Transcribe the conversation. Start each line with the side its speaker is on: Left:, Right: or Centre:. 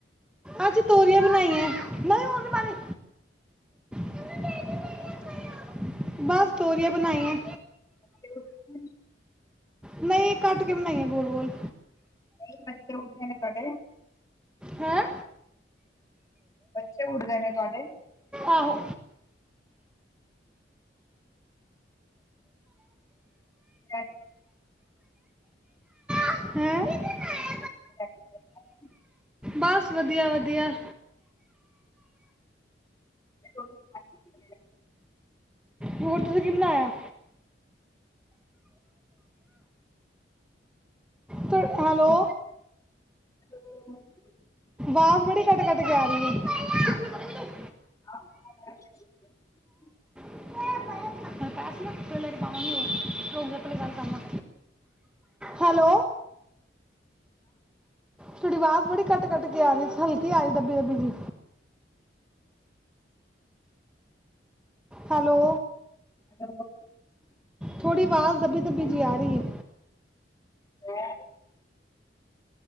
Centre: ਅੱਜ ਤੋਰੀਆਂ ਬਣਾਈਆਂ। ਨਹੀਂ, ਹੋਰ ਨੀ ਪਾਣੀ। <unintelligible> ਬਸ ਤੋਰੀਆ ਬਣਾਈ ਐ।
Left: <unintelligible>
Centre: ਨਈ, ਕੱਟ ਕੇ ਬਣਾਈਆਂ ਗੋਲ ਗੋਲ‌।
Left: ਤੇ ਬੱਚੇ ਉਠੇ ਗਏ ਨੇ ਤੁਹਾਡੇ?
Centre: ਹੈਂ?
Left: ਬੱਚੇ ਉੱਠ ਗਏ ਨੇ ਤੁਹਾਡੇ?
Centre: ਆਹੋ।
Left: ਐ।
Centre: ਹੈਂ?
Left: <unintelligible>
Centre: ਬਸ ਵਧੀਆ ਵਧੀਆ।
Left: ਉਹਨੂੰ <unintelligible>
Centre: ਹੋਰ ਤੁਸੀਂ ਕੀ ਬਣਾਇਆ? ਤ ਹੈਲੋ।
Left: <unintelligible>
Centre: ਆਵਾਜ਼ ਬੜੀ ਕੱਟ ਕੱਟ ਕੇ ਆ ਰਹੀ ਐ।
Left: <unintelligible>
Centre: <unintelligible> ਲੈ ਕੇ ਜਾਵਾ ਗੀ ਰੁਕ ਜਾ ਪਹਿਲਾ ਗੱਲ ਕਰਲਾਂ। ਹੈਲੋ? ਤੁਹਾਡੀ ਆਵਾਜ਼ ਬੜੀ ਕੱਟ ਕੱਟ ਕੇ ਆ ਰਹੀ, ਹਲਕੀ ਆ ਰਹੀ, ਦੱਬੀ ਦੱਬੀ ਜੀ। ਹੈਲੋ
Left: <inaudible>
Centre: ਥੋੜ੍ਹੀ ਆਵਾਜ਼ ਦੱਬੀ ਦੱਬੀ ਜੀ ਆ ਰਹੀ ਹੈ
Left: ਹੈਂ